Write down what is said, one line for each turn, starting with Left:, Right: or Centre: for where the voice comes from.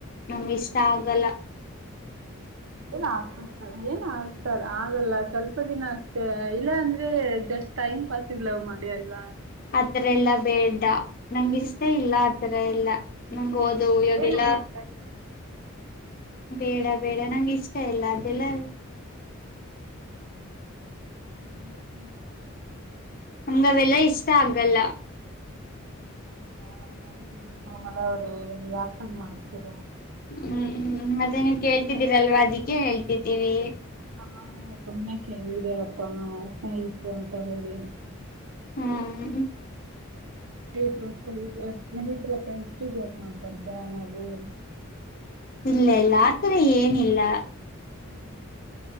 Left: ನಮ್ಗ ಇಷ್ಟ ಆಗಲ್ಲ.
Right: ಏನ್ ಆಗತಿತ್ತ ಏನ್ ಆಗ್ತಾರ ಆಗಲ್ಲ ಸ್ವಲ್ಪ ದಿನ ಅಷ್ಟೇ ಇಲ್ಲ ಅಂದ್ರೆ ಜಸ್ಟ್ ಟೈಮ್ ಪಾಸ್ ಲವ್ ಮಾಡಿ ಅಲ್ವಾ.
Left: ಆತರ ಎಲ್ಲಾ ಬೇಡ ನಂಗ ಇಷ್ಟ ಇಲ್ಲ ಆತರ ಎಲ್ಲಾ. ನಂಗ ಓದು ಇವಾಗೆಲ್ಲ.
Right: ಏನ್ ಆಗಲ್ಲ ಸರಿ
Left: ಬೇಡ ಬೇಡ ನಂಗ್ ಇಷ್ಟ ಇಲ್ಲ ಅದೆಲ್ಲಾ.
Right: ಹ್ಮಲ್ಲ ಹ್ಮ.
Left: ನಂಗ್ ಅವೆಲ್ಲಾ ಇಷ್ಟ ಆಗಲ್ಲ.
Right: ಹಾ ಸರಿ ಬಿಡಿ ಕಮಲ ಅವ್ರೆ. ಯಾಕಂಗ್ ಮಾಡ್ತೀರ.
Left: ಹ್ಮ್ ಹ್ಮ್ ಮತ್ತೆ ನೀವ್ ಕೇಳ್ತಿದ್ದೀರಲ್ವ ಅದಿಕ್ಕೆೇ ಹೇಳ್ತಿದ್ದೀವಿ.
Right: ಹಾ ನಿನ್ ಸುಮ್ನೆಕ್ಕೆ ಹೇಳಿದೆ ಅಪ್ಪಾ ಅಪ್ಪ ಇದ್ರು ಅಂತ ಹೇಳಿ.
Left: ಹ್ಮ್.
Right: ಸ್ನೇಹಿತರು <unintelligible> ಸ್ನೇಹತ್ಪ್ಪ ಇಷ್ಟು ಜೋಕ್ ಮಾಡ್ಬಾರ್ದ ನಾವು.
Left: ಇಲ್ಲ ಇಲ್ಲ ಆತರ ಏನಿಲ್ಲ.
Right: ಹ್ಮ್.